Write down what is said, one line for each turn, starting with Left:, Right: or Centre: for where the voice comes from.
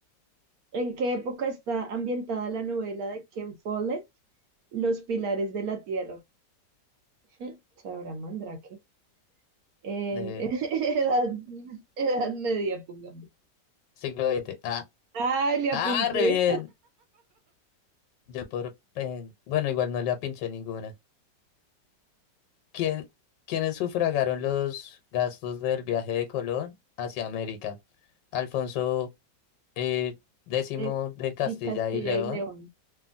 Right: ¿En qué época está ambientada la novela de Ken Follett, Los Pilares de la Tierra? Ujú, Sabrá Mandrake. En
Left: Eh,
Right: <laughs> edad, edad media, pongamos.
Left: siglo XX. Ah,
Right: Ay, le apunté.
Left: ah, re bien. Yo por, pen- bueno, igual no le apinché ninguna. ¿Quién, quiénes sufragaron los gastos del viaje de Colón hacia América? Alfonso eh, décimo
Right: Es-
Left: de Castilla
Right: y Castilla
Left: y León,
Right: y León.